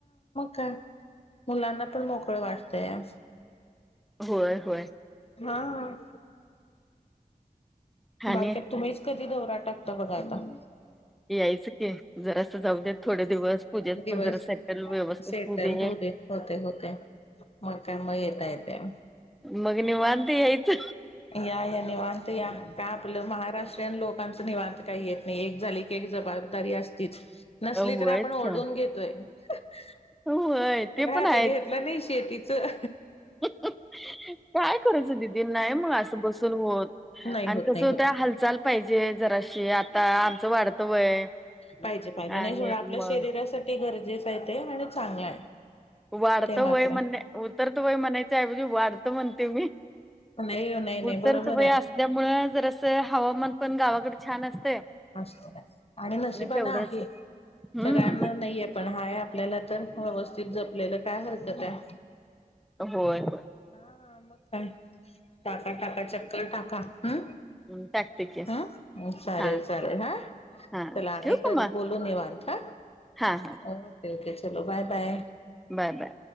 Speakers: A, on the left; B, in the centre.
A: का मुलांना पण मोकळ वाटतंय असं
B: होय. होय.
A: हा.
B: आणि
A: बाकी तुम्ही कधी दौरा टाकतो बघा आता?
B: यायचं कि जरासं जाऊद्यात, थोडे दिवस पूजेच
A: दिवस
B: पण जरा सेटल व्यवस्थित
A: सेटल
B: होऊ दे.
A: होते होते मग काय मग येता येते
B: मग निवांत यायचं
A: या या निवांत या का आपलं महाराष्ट्रीयन लोकांचं निवांत काही येत नाही. झाले ती एक जबाबदारी असतीच नसली
B: व्हयच
A: तर, आपण ओढून
B: का
A: घेतोय <unintelligible>
B: व्हय ते
A: काय
B: पण
A: आता
B: आहेत
A: घेतलं नाही. शेतीचं.
B: <unintelligible> काय करायचं दिदी दिदी नाही मग असं बसून होत.
A: नाही
B: आणि
A: होत
B: कसं
A: नाही
B: होतयं
A: होत
B: हालचाल पाहिजे, जराशी आता आमचं वाढतं वय
A: पाहिजे पाहिजे नाही
B: आणि
A: सोडा आपल्या
B: मग.
A: शरीरासाठी गरजेचं आहे ते आणि चांगला आहे.
B: वाढतं
A: ते मात्र
B: वय म्हणणे, उतरत वय म्हणायच्या ऐवजी वाढत म्हणते, मी
A: नाही नाही नाही
B: उतरत
A: बरोबर
B: वय
A: आहे
B: असल्यामुळ जरास चं हवामान पण गावाकड छान असत
A: असं आणि नशिबान
B: तेवढंच
A: आहे
B: हम्म
A: सगळ्यांना नाहीे, पण हाय आपल्याला तर व्यवस्थित जपलेलं काय हरकत हाय.
B: होय होय.
A: हा मग काय टाका -टाका चक्कर टाका. हम्म
B: हं, टाकते की
A: हा चालेल-चालेल
B: हा
A: हा
B: हां
A: चला आणि
B: ठेवू
A: परत
B: का मग
A: बोलू निवांत हा
B: हां
A: ओके-ओके. चलो बाय- बाय.
B: बाय-बाय.